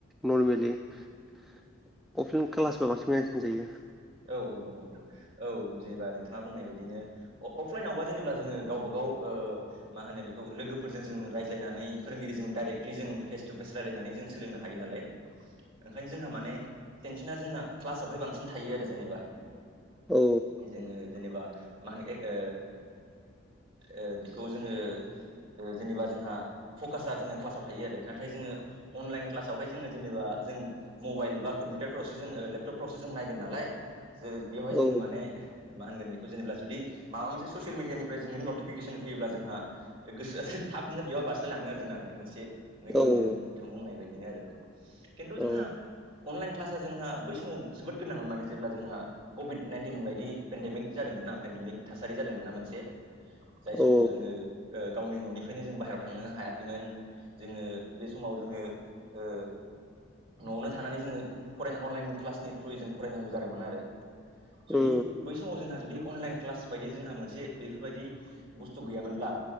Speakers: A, in the centre; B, on the right.
A: नरमेलि अफलायेन क्लासबा बांसिन मोजां जायो
B: औ औ नंगौ नोंथां औ जेनेबा नोंथाङा बुंनाय बायदिनो अफलाइनावबा जेनेबा जोङो गावबा गाव औ ओ मा होनो बेखौ लोगोजों जों रायज्लायनानै फोरोंगिरिजों दायरेक्टलि जों फेसथु फेस रायला नानै जों सोलोंनो हायो नालाय ओंखायनो जोंहा माने टेनसना जोंना क्लासावहाय बांसिन था थायो आरो जेनेबा
A: औ
B: जोङो जेनेबा माहोन ए ओ ओ बेखौ जोङो जेनेबा जोंहा फकासाआ जोङो क्लासाव थायो आरो नाथाय जोङो अनलाइन क्लाजावहाय जोङो जेनबा जों मबाइल बा कम्पिउटाफ्रावसो ओ लेपटपफ्रावसो जों नालाय जो बेयावहाय
A: औ
B: जोङो माने मा होनगोन बेखौ जेनेब्ला जुदि माबा मोनसे ससियेल मिडियानिफ्राय जोङो नटिफिकेसन फैयोब्ला जोंहा गोसोआ थाबनो बेयाव बारस्लायलाङो आरो जोंना बे मोनसे
A: ओहो
B: नंगौ नंनाया नोंथां बुंनाय बायदि बेनो आरो खिन्थु जोंहा
A: औ
B: अनलाइन क्लास जोंहा बै समाव जोबोद गोनांमोन माने जेब्ला जोंहा कभिड नाइनटिन बायदि पेडेमिक जादोंमोन मोना पेेनडेमिक थासारि जादोंमोन ना मोनसे जाय समाव
A: औ
B: जोङो ओ गावनि ननिफ्रायनो जों बाहेरायाव थांनो हायाखैमोन जोङो बे समाव जोङो ओ न'आवनो थानानै जोङो फराय अनलाइन क्लासनि थ्रुयै जों फरायनांगौ जादोंमोन आरो जुदि
A: उम
B: बै समाव जोंहा जुदि अनलाइन क्लास बायदि जोंहा मोनसे बेफोरबायदि बुस्थु गैयामोनब्ला